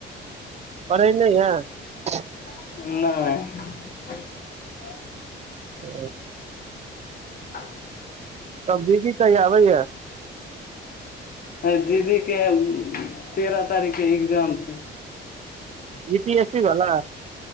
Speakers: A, on the right; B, on the left.
A: पढ़ै नहि य
B: नइ
A: ओ
B: <inaudible>
A: तब दीदी कहिया अबैया
B: ह दीदीके तेरह तारीख के इग्जाम छै
A: बीपीएसी वाला